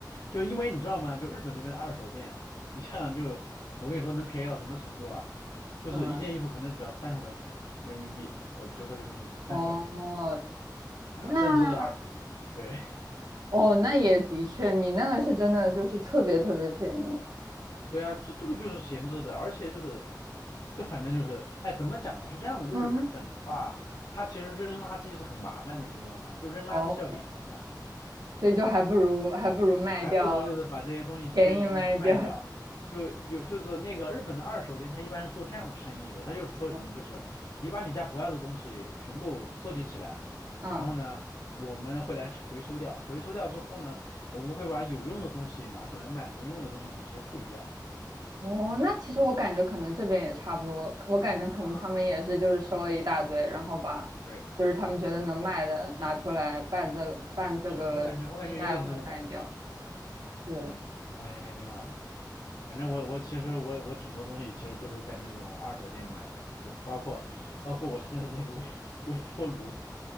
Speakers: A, on the left; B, on the right.
A: 就因为你知道吗？就日本这边的二手店，你像就我跟你说能便宜到什么程度啊？就是一件衣服可能只要三十块钱人民币，
B: 什么？
A: 我折合人民币就三十块钱，
B: 哦，
A: 啊、
B: 那
A: 甚至二十，对，
B: 哦那也的确，你那个是真的就是特别特别便宜。
A: 对啊，这这个就是闲置的，而且就是，就反正就是，哎，怎么讲呢？是这样子，就是日本的话，
B: 嗯，
A: 它其实扔垃圾是很麻烦的，你知道吗？就扔垃圾是要给钱的，
B: 哦，所以就还不如还不如卖掉，
A: 啊还不如就是把这些东西捐嗯卖掉。
B: 便宜卖掉。
A: 就有就是那个日本的二手店，它一般是做这样的生意的，它就是说什么呢？
B: <laughs> 嗯
A: 就是你把你家不要的东西全部收集起来，
B: 嗯。
A: 然后呢，我们会来回收掉，回收掉之后呢，我们会把有用的东西拿出来卖，没用的东西就直接处理掉。
B: 哦，那其实我感觉可能这边也差不多，我感觉可能他们也是就是收了一大堆，
A: 啊，
B: 然后把就是他们觉得能卖的拿出来办这办这个义卖会卖掉。
A: 对。是我感觉我感觉有点那种感觉啊，
B: 对，
A: 嗯，我感觉还挺好的。反正我我其实我我挺多东西其实都是在那种二手店买的，就包括包括我现在的那个微微波炉，